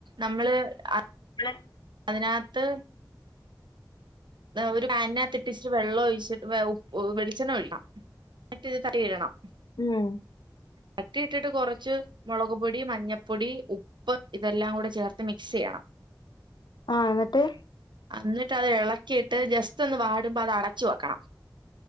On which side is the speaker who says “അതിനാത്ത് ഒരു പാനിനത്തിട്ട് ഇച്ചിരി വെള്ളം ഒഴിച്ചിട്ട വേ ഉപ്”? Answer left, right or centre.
Right